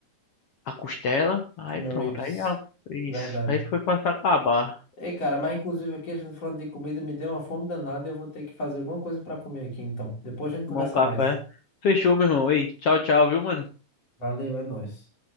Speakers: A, on the left; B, on the left.
A: a costela. Aí
B: Junior
A: pronto,
B: Ribs,
A: aí a- isso.
B: é verdade.
A: Aí foi pra se acabar.
B: Ei, cara, mas inclusive aqui a gente falando de comida me deu uma fome danada e eu vou ter que fazer alguma coisa pra comer aqui então. Depois a gente conversa
A: Tomar um café.
B: mais.
A: Fechou, meu irmão. Ei, tchau, tchau, viu, mano?
B: Valeu, é nóis.